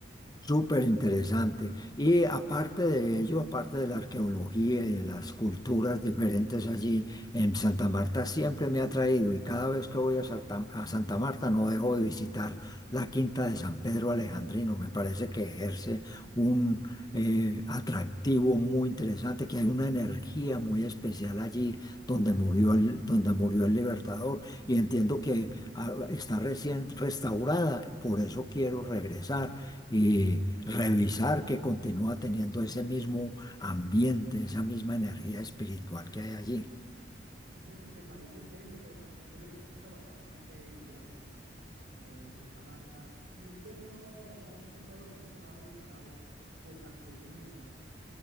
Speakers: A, on the left; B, on the right.
A: Súper interesante.
B: Li-
A: Y aparte de ello, aparte de la arqueología y de las culturas diferentes allí, en Santa Marta siempre me ha atraído y cada vez que voy a Santa a Santa Marta no dejo de visitar la Quinta de San Pedro Alejandrino. Me parece que ejerce un eh, atractivo muy interesante, que hay una energía muy especial allí donde
B: Ah,
A: murió
B: muy bien.
A: el, donde murió el Libertador y entiendo que ah, está recién restaurada. Por eso quiero regresar y revisar que continúa teniendo ese mismo ambiente, esa misma energía espiritual que hay allí.
B: Me, me parece excelente, pero como a usted le gusta bastante, digamos, eh, Santa Marta, no- usted no, no ha escuchado, de pronto no ha visitado Bocas de Ceniza.